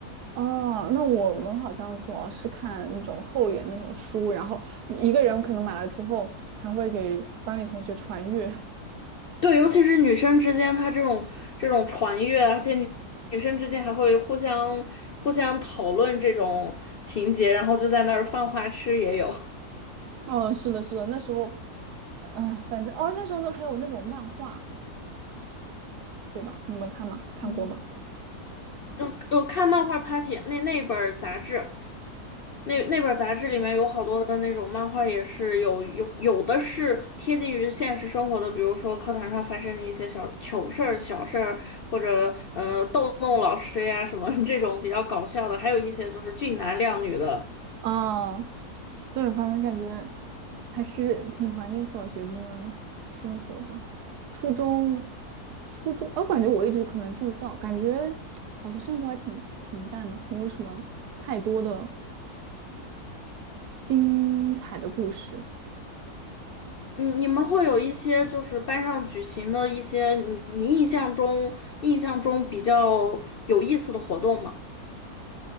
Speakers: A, on the right; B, on the left.
A: 哦，那我们好像主要是看那种厚一点那种书，然后一个人可能买了之后还会给班里同学传阅，
B: 对，尤其是女生之间，她这种这种传阅啊而且女女生之间还会互相互相讨论这种情节，然后就在那儿犯花痴也有。<laughs>
A: 哦，是的，是的，那时候，哎，反正哦，那时候那还有那种漫画，对吧？你们看吗？看过吗？
B: 嗯嗯，我看漫画 Party 那那本儿杂志，那那本儿杂志里面有好多的那种漫画，也是有有有的是贴近于现实生活的，比如说课堂上发生的一些小糗事儿、小事儿，或者呃逗弄老师呀什么 <laughs> 这种比较搞笑的，还有一些就是俊男靓女的。
A: 啊，对，反正感觉还是挺怀念小学的生活的。初中，初中，我感觉我一直可能住校，感觉好像生活还挺平淡的，没有什么太多的精彩的故事。
B: 你你们会有一些就是班上举行的一些你你印象中印象中比较有意思的活动吗？